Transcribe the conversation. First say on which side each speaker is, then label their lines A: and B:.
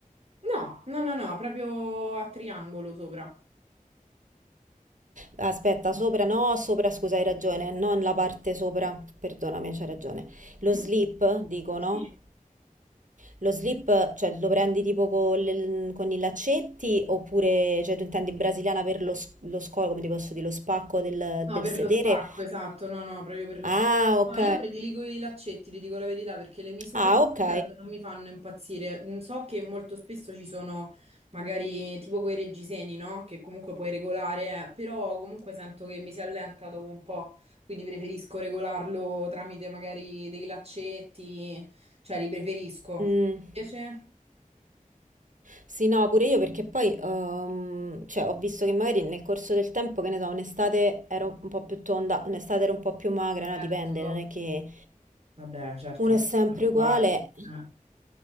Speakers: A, on the right (about 45°); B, on the right (about 65°).
A: No, no, no, no, proprio a triangolo sopra.
B: Aspetta, sopra no, sopra scusa, hai ragione, non la parte sopra, perdonami, c'hai ragione. Lo
A: Mhm.
B: slip, dico,
A: Sì.
B: no? Lo slip, cioè, lo prendi tipo con, le- con i laccetti oppure, cioè, tu intendi brasiliana per lo, s- lo scolo, come ti posso dire, lo spacco del,
A: No,
B: del
A: per
B: sedere?
A: lo spacco, esatto, no, no, proprio per lo
B: Ah,
A: spacco.
B: ok.
A: No, io prediligo i laccetti, ti dico la verità, perché le misure
B: Ah, ok.
A: standard non mi fanno impazzire. Mm, So che molto spesso ci sono magari tipo quei reggiseni, no? Che comunque puoi regolare, eh, però comunque sento che mi si allenta dopo un po', quindi preferisco regolarlo tramite magari dei laccetti, cioè li preferisco.
B: Mm.
A: Invece?
B: Sì, no, pure io perché poi ehm, cioè, ho visto che magari nel corso del tempo, che ne so, un'estate ero un po' più tonda, un'estate ero un po' più magra,
A: Certo.
B: no? Dipende, non è che
A: Vabbè, certo,
B: uno
A: non
B: è sempre
A: è che siamo uguali.
B: uguale.
A: eh.